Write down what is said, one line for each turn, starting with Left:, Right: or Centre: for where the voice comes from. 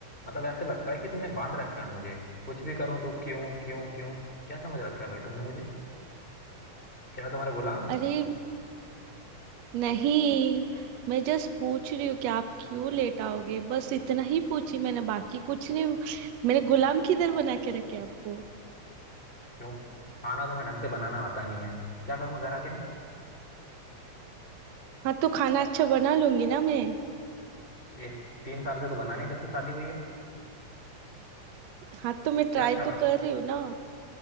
Left: मतलब ऐसे लगता है कि तुमने बांध रखा है मुझे कुछ भी करूं तो क्यों क्यों क्यों क्या समझ रखा है भाई तुमने मुझे क्या मैं तुम्हारा गुलाम हूँ
Right: अरे नहीं मैं जस्ट पूछ रही हूँ कि आप क्यों लेट आओगे बस इतना ही पूछी मैंने बाकी कुछ नहीं मैंने गुलाम किधर बना के रखे आपको
Left: क्यों खाना तुम्हें ढंग से बनाना आता नहीं है क्या करूंगा घर आके मैं
Right: हाँ तो खाना अच्छा बना लूंगी ना मैं
Left: ये तीन साल से तो बना नहीं जब से शादी हुई है
Right: हाँ तो मैं
Left: क्या
Right: ट्राई
Left: अच्छा बना
Right: तो कर
Left: था
Right: रही हूँ ना